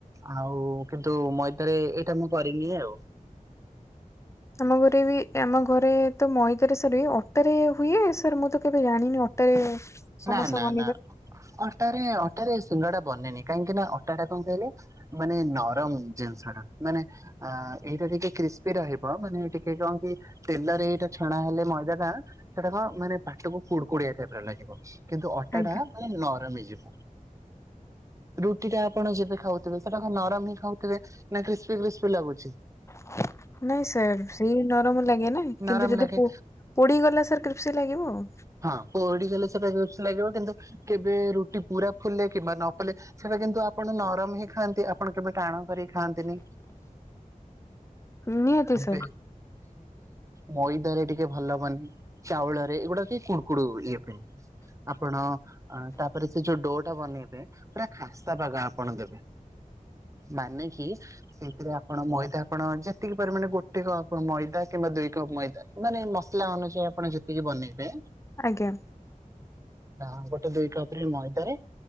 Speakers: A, on the right; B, on the left.
A: ଆଉ କିନ୍ତୁ ମଇଦାରେ ଏଇଟା ମୁଁ କରିନିଏ ଆଉ। <inaudible>
B: ଆମ ଘରେ ବି ଆମ ଘରେ ତ ମଇଦାରେ ସରି ହୁଏ ଅଟାରେ ହୁଏ ସରି ମୁଁ ତ କେବେ ଜାଣିନି ଅଟାରେ ସମୋସା
A: ନା ନା
B: ବନେଇବାରେ।
A: ନା ଅଟାରେ ଅଟାରେ ସୁଲ ଟା ବନେନି କାହିଁକି ଅଟା ଟା କଣ କହିଲେ ମାନେ ନରମ ଜିନିଷ ଟା ମାନେ ଏଇଟା କ୍ରିସମୀ ରହିବ ମାନେ ଟିକେ କଣ କି ତେଲରେ ଏଇଟା ଛଣା ହେଲେ ମଇଦାଟା ସେଟା କଣ ମାନେ ପାଟକୁ କୁଡ଼କୁଡିଆ ଟାଇପରେ ଲାଗିବ। କିନ୍ତୁ ଅଟା
B: ଆଜ୍ଞା
A: ଟା ମାନେ ନରମ ହେଇଯିବ ରୁଟି ଟା ଆପଣ ଯେବେ ଖାଉ ସେଟା ନରମ ହି ଖାଉଥିବେ ନା କ୍ରିସମୀ କ୍ରିସମୀ ଲାଗୁଚି।
B: <inaudible> ନାଇଁ ସାର୍ ସେଇ ନରମ ଲାଗେ ନା
A: ନରମ
B: କିନ୍ତୁ ଯଦି
A: ଲାଗେ
B: ପୋଡି ଗଲା ସାର୍ କ୍ରିପ୍ସି ଲାଗିବ ଆଉ।
A: ହଁ ପୋଡି ଗଲେ ସେଟା କ୍ରିସମୀ ଲାଗିବ କିନ୍ତୁ କେବେ ରୁଟି ପୁରା ଫୁଲେ କିମ୍ବା ନ ଫୁଲେ ସେଇଟା କିନ୍ତୁ ଆପଣ ନରମ ହିଁ ଖାଆନ୍ତି ଆପଣ କେବେ ଟାଣ କରିକି ଖାଆନ୍ତିନି
B: ଉଁ ନିହାତି ସାର୍
A: ହଁ <unintelligible> ମଇଦରେ ଟିକେ ଭଲବନେ ଚାଉଳରେ ଏଗୁଡା କୁଡକୁଡୁ ଇଏ ପାଇଁ ଆପଣ ତାପରେ ସେ ଯୋଉ ଡୋ ଟା ବନେଇବେ। ପୁରା ଖାସ୍ତା ପାଗ ଆପଣ ଦେବେ ମାନେ କି ସେଇଥିରେ ଆପଣ ମଇଦା ଆପଣ ଯେତିକି ପରିମାଣେ ଗୋ ଗୋଟେ କପ୍ ମଇଦା କିମ୍ବା ଦୁଇ କପ୍ ମଇଦା ମାନେ ମସଲା ଅନୁଯାୟୀ ଆପଣ ଯେତିକି ବନେଇବେ
B: ଆଜ୍ଞା।
A: ନା ଗୋଟେ ଦୁଇ କପ ରେ ମଇଦାରେ